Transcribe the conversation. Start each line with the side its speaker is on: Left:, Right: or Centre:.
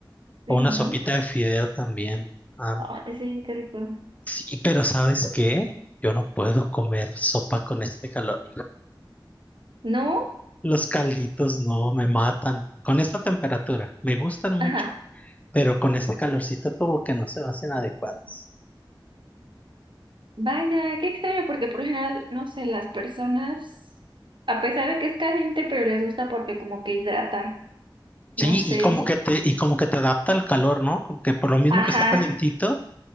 Right: Sí,
Left: o una
Right: ¿no?
Left: sopita de fideo también. Ah,
Right: Ay, sí, qué rico.
Left: sí, pero ¿sabes qué? Yo no puedo comer sopa con este calor.
Right: ¿No?
Left: Los calditos no me matan. Con esta temperatura, me gustan mucho,
Right: Ajá.
Left: pero con este calorcito como que no se me hacen adecuados.
Right: Vaya, qué extraño, porque por lo general, no sé, las personas, a pesar de que es caliente, pero les gusta porque como que hidrata, no
Left: Sí,
Right: sé.
Left: y como que te, y como que te adapta al calor, ¿no? Como que por lo mismo
Right: Ajá,
Left: que está calentito,